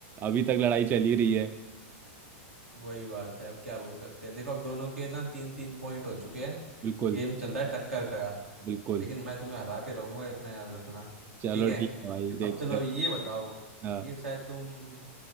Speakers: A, on the right; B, on the right.
A: अभी तक लड़ाई चली रही है
B: वही बात है अब क्या बोल सकते हैं देखो अब दोनों के ना तीन तीन पॉइंट हो चुके हैं
A: बिल्कुल
B: गेम चल रहा है टक्कर का
A: बिल्कुल
B: लेकिन मैं तुम्हें हरा के रहूंगा इतना याद रखना
A: चलो
B: ठीक है
A: ठीक है भाई देखते
B: अब चलो
A: हैं
B: ये बताओ
A: हाँ
B: ये शायद तुम